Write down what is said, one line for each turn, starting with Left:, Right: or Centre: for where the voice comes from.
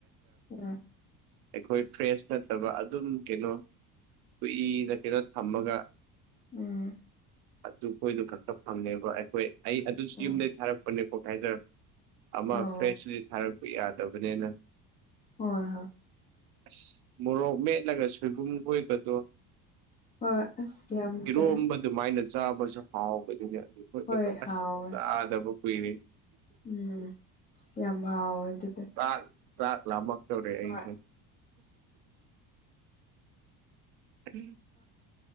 Left: <inaudible>
Right: ꯑꯩꯈꯣꯏ ꯐ꯭ꯔꯦꯁ ꯅꯠꯇꯕ ꯑꯗꯨꯝ ꯀꯩꯅꯣ ꯀꯨꯏꯅ ꯀꯩꯅꯣ ꯊꯝꯃꯒ
Left: ꯎꯝ
Right: ꯑꯗꯨꯈꯣꯏꯗꯨ ꯈꯛꯇ ꯐꯪꯉꯦꯕ ꯑꯩꯈꯣꯏ ꯑꯩ ꯑꯗꯨꯁꯨ
Left: ꯎꯝ
Right: ꯌꯨꯝꯗꯒꯤ ꯊꯥꯔꯛꯄꯅꯦꯀꯣ ꯀꯥꯏꯗ ꯑꯃ
Left: ꯑꯣ
Right: ꯐ꯭ꯔꯦꯁ ꯑꯣꯏꯅ ꯊꯥꯔꯛꯄ ꯌꯥꯗꯕꯅꯤꯅ
Left: ꯍꯣꯏ ꯍꯣꯏ
Right: ꯑꯁ ꯃꯣꯔꯣꯛ ꯃꯦꯠꯂꯒ ꯁꯣꯏꯕꯨꯝ ꯀꯣꯏꯕꯗꯣ
Left: ꯍꫭꯏ ꯑꯁ ꯌꯥꯝ
Right: ꯏꯔꯣꯝꯕ
Left: ꯆꯥꯏ
Right: ꯑꯗꯨꯃꯥꯏꯅ ꯆꯥꯕꯁꯨ ꯍꯥꯎꯕꯗꯨꯅꯤ ꯑꯗꯨ ꯑꯩꯈꯣꯏ
Left: ꯍꯣꯏ ꯍꯥꯎꯋꯦ
Right: ꯑꯁ ꯆꯗꯕ ꯀꯨꯏꯔꯦꯍꯦ
Left: ꯎꯝ ꯌꯥꯝ ꯍꯥꯎꯋꯦ ꯑꯗꯨꯗꯤ
Right: ꯆꯥꯛ ꯆꯥꯛ ꯂꯥꯃꯛꯇꯧꯔꯦ ꯑꯩꯁꯨ
Left: ꯍꯣꯏ
Right: <inaudible>